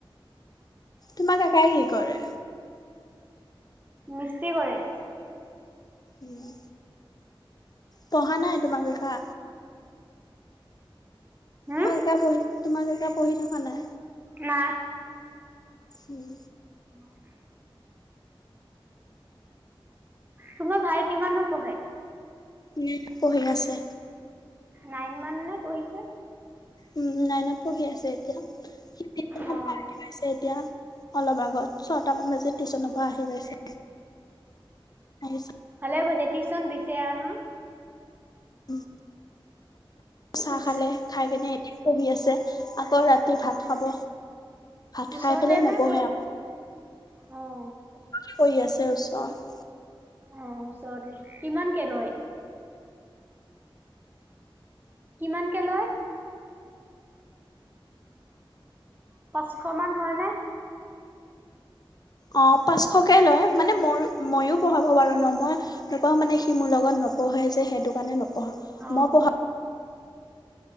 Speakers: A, on the left; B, on the right.
A: তোমাৰ কাকাই কি কৰে?
B: মিস্ত্ৰী কৰে।
A: উম, পঢ়া নাই তোমাক দেখা?
B: হুম,
A: মই এতিয়া পঢ়িচো, তোমাক কাকাঁই পঢ়ি থকা নাই?
B: নাই।
A: উম,
B: <unintelligible> তোমাৰ ভাই কিমানত পঢ়ে?
A: নাইনত পঢ়ি আছে।
B: নাইনমান নে পঢ়িছে?
A: উম, নাইনত পঢ়ি আছে। সি টিউশ্যন
B: অ',
A: পা আহি পাইছে এতিয়া। অলপ আগত ছয়টামান বাজি টিউশ্যনৰ পৰা আহি পাইছে। আহিছে।
B: দে হব দে, টিউশন দিছে আৰু ন',?
A: উম, চাহ
B: উচ
A: খালে খাই কেনে, পঢ়ি আছে আকৌ ৰাতি, ৰাতি ভাত
B: উম,
A: খাব, ভাত
B: ওচৰতে
A: খাই পেলাই
B: নে
A: নপঢ়ে
B: পৰে?
A: আক
B: অ',
A: শুই আছে ওচৰত।
B: অ', ওচৰতে কিমানকে লয়? কিমানকে লয়? পাঁচশ মান হয়নে?
A: অ, পাঁচশকে লয় মানে মোৰ মইও পঢ়াব পাৰো ন' মই নপঢ়াওঁ মানে সি মোৰ লগত নপঢ়ে যে সেইটো কাৰণে ন পঢ়া
B: অ',
A: মই পঢ়া